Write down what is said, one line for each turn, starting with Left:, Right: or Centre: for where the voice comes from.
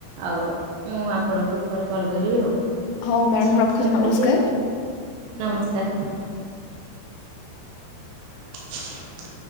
Right: ଆଉ ମୁଁ ଆପଣଙ୍କୁ ପରେ କଲ୍ କରିବି ଆଉ।
Left: ହଉ
Right: ଆଚ୍ଛା
Left: ମ୍ୟାଡାମ ରଖୁଛି
Right: ରଖୁଚି
Left: ନମସ୍କାର।
Right: ନମସ୍କାର। <inaudible>